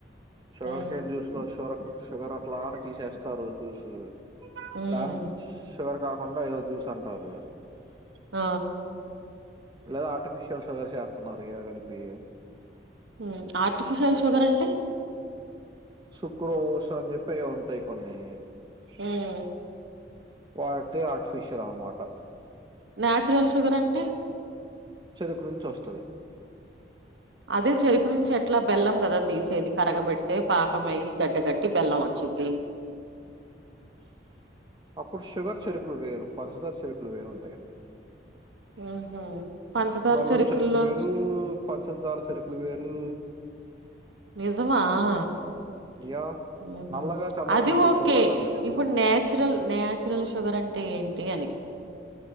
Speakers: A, on the right; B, on the right.
A: షుగర్
B: మ్మ్
A: కేన్ జ్యూస్ లో షూర్ షుగర్ అట్లా అని తీసేస్ తరుచూసు
B: మ్మ్
A: దాని చివర కాకుండా ఏదో చూసాను పర్ల్
B: ఆ
A: లేదా ఆర్టిఫిషియల్ షుగర్ చేస్తున్నారు ఇవి కలిపి
B: ఉం ఆర్టిఫిషియల్ షుగర్ అంటే
A: శుక్రవస్ అని చెప్పెయ్యొ ఉం పై కొన్ని
B: హు మ్
A: వాటి ఆర్టిఫిషియర్ అన్నమాట
B: న్యాచురల్ షుగర్ అంటే
A: చెరుకు నుంచి వస్తది
B: అదే చెరుకు నుంచి ఎట్లా బెల్లం కదా తీసేది కరగబెడితే పాకం అయ్యి గడ్డగట్టి బెల్లం వచ్చిద్ది
A: అప్పుడు షుగర్ చెరుకులు వేరు పంచదార చెరుకులు వేరుంటాయండి
B: మ్ హు పంచదార
A: బెల్లం
B: చెరుకుల్లోంచి
A: చెరుకు వేరు పంచదార చెరుకులు వేరు
B: నిజమా హా
A: యా
B: మ్ హు
A: నల్లగా తెల్లగా
B: అది
A: ఉంటాయి
B: ఓకే
A: చూడలేదా మీరు ఎప్పుడు
B: ఇప్పుడు న్యాచురల్ న్యాచురల్ షుగర్ అంటే ఏంటి అని